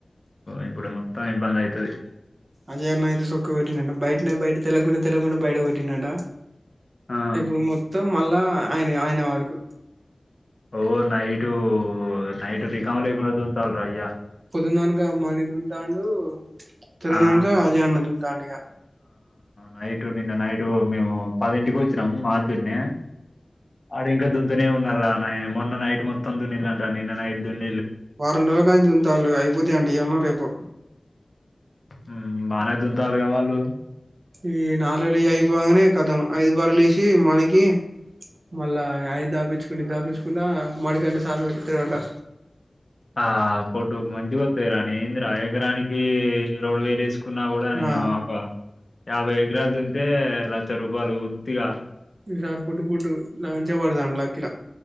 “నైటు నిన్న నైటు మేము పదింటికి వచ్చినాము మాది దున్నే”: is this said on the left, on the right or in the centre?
Left